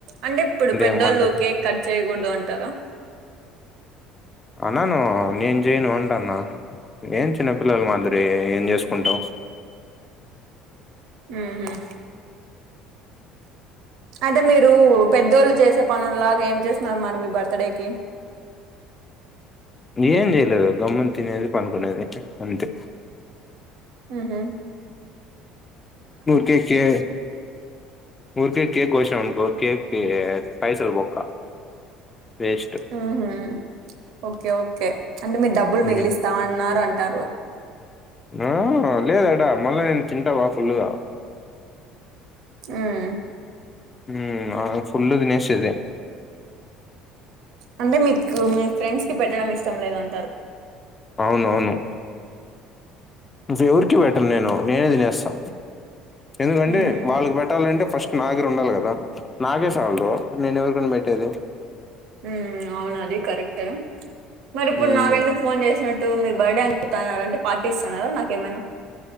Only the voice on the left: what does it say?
ఏమంటారు
అన్నాను నేన్ జేయను అంటాన్న ఏం చిన్నపిల్లల మాదిరి ఏం జేసుకుంటామ్
ఏం జేయలేదు గమ్మున తినేది పండుకునేది అంతే
ఊర్కే కే ఊర్కే కేక్ గోసినమనుకో కేక్ కి పైసల్ బొక్క వేస్ట్
ఉమ్
ఆ లేదడా మళ్ళా నేను తింటా బాగ ఫుల్లుగా
ఉమ్ ఆ ఫుల్లు తినేసేది
అవునవును వెవొరికి పెట్టాను నేను, నేనే తినేస్తా ఎందుకంటే
వాళ్ళకి పెట్టాలంటే ఫస్ట్ నా దగ్గర ఉండాలి గదా నాకే సాలదు నేనెవరికనీ పెట్టేది
ఉమ్